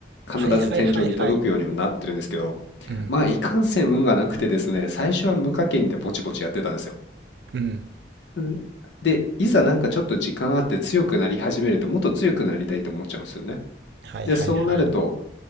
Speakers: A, on the left; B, on the right.
A: 必ず天井に届くようにもなってるんですけど、
B: はいはいはいはい。うん、
A: まあ、いかんせん運がなくてですね、最初は無課金でぼちぼちやってたんですよ。
B: うん。
A: んで、いざなんかちょっと時間あって強くなり始めると、もっと強くなりたいと思っちゃうんですよね。
B: はいはいはい。
A: で、そうなると、